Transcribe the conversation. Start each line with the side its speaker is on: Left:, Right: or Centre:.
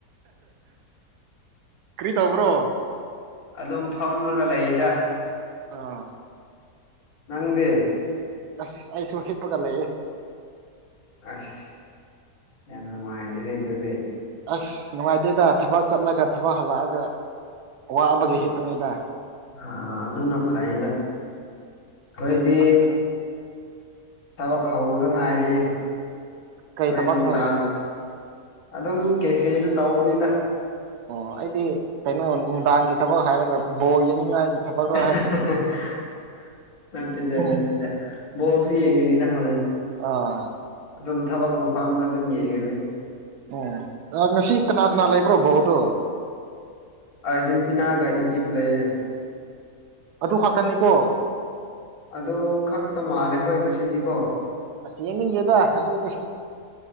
Right: ꯀ꯭ꯔꯤ ꯇꯧꯕ꯭ꯔꯣ
Left: ꯑꯗꯨꯝ ꯐꯝꯂꯒ ꯂꯩꯗ
Right: ꯑꯥ
Left: ꯅꯪꯗꯤ
Right: ꯑꯁ ꯑꯩꯁꯨ ꯍꯤꯞꯄꯒ ꯂꯩꯌꯦ
Left: ꯑꯁ ꯌꯥꯝ ꯅꯨꯡꯉꯥꯏꯔꯤꯅꯦ ꯑꯗꯨꯗꯤ
Right: ꯑꯁ ꯅꯨꯡꯉꯥꯏꯇꯦꯗ ꯊꯕꯛ ꯆꯠꯂꯒ ꯊꯕꯛ ꯍꯜꯂꯛꯑꯒ ꯑꯋꯥꯕꯒꯤ ꯍꯤꯞꯄꯅꯤꯗ
Left: ꯑꯥ ꯑꯗꯨꯅ ꯐꯩꯌꯦꯗ ꯑꯩꯈꯣꯏꯗꯤ
Right: ꯈꯪꯗ꯭ꯔꯦ
Left: ꯊꯕꯛ ꯍꯧꯕꯗ ꯉꯥꯏꯔꯤꯌꯦ
Right: ꯀꯩ
Left: ꯍꯣꯔꯦꯟ
Right: ꯊꯕꯛꯅꯣ
Left: ꯅꯨꯡꯗꯥꯡ ꯑꯗꯨꯝ ꯀꯦꯐꯦꯗ ꯇꯧꯕꯅꯤꯗ
Right: ꯑꯣ ꯑꯩꯗꯤ ꯀꯩꯅꯣ ꯅꯨꯡꯗꯥꯡꯒꯤ ꯊꯕꯛ ꯍꯥꯏꯔꯒ ꯕꯣꯜ ꯌꯦꯡꯅꯤꯡꯉꯥꯏꯒꯤ ꯊꯕꯛꯔ
Left: <unintelligible>
Right: ꯍꯥꯏꯅ
Left: ꯅꯠꯇꯗ
Right: ꯎꯝ
Left: ꯅꯠꯇꯗ ꯕꯣꯜꯁꯨ ꯌꯦꯒꯅꯤꯗ ꯍꯣꯔꯦꯟ
Right: ꯑꯥ
Left: ꯑꯗꯨꯝ ꯊꯕꯛ ꯃꯐꯝꯗ ꯑꯗꯨꯝ ꯌꯦꯡꯉꯅꯤ
Right: ꯑꯣ ꯑꯥ ꯉꯁꯤ ꯀꯅꯥ ꯀꯅꯥ ꯂꯩꯕ꯭ꯔꯣ ꯕꯣꯜꯗꯣ
Left: ꯑꯥꯔꯖꯦꯟꯇꯤꯅꯥꯒ ꯏꯖꯤꯞ ꯂꯩꯌꯦ
Right: ꯑꯗꯨ ꯈꯛꯇ ꯅꯦꯀꯣ
Left: ꯑꯗꯨ ꯈꯛꯇ ꯃꯥꯜꯂꯦ ꯍꯣꯏ ꯉꯁꯤꯗꯤꯀꯣ
Right: ꯑꯁ ꯌꯦꯡꯅꯤꯡꯗꯦꯗ ꯑꯗꯨꯗꯤ